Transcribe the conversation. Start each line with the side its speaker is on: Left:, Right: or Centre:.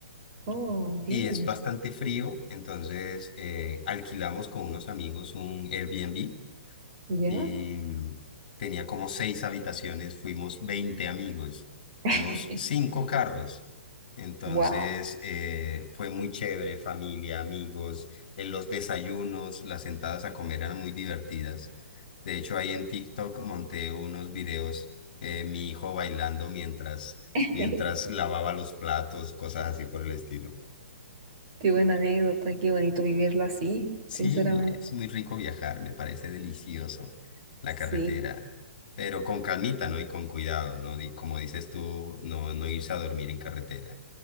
Right: Oh, bien,
Left: Y es bastante frío, entonces eh, alquilamos con unos amigos un Airbnb
Right: ya.
Left: y mm, tenía como seis habitaciones, fuimos 20 amigos, fuimos
Right: <laughs>
Left: cinco carros. Entonces
Right: Wow,
Left: eh, fue muy chévere, familia, amigos, en los desayunos, las sentadas a comer eran muy divertidas. De hecho, ahí en TikTok monté unos videos, eh, mi hijo bailando mientras,
Right: <laughs> qué
Left: mientras lavaba los platos, cosas así por el estilo.
Right: buena anécdota, qué bonito vivirlo así,
Left: Sí,
Right: sinceramente.
Left: es muy rico viajar, me parece delicioso la carretera,
Right: Sí,
Left: pero con calmita, ¿no? Y con cuidado, ¿no? Di- como dices tú, no, no irse a dormir en carretera.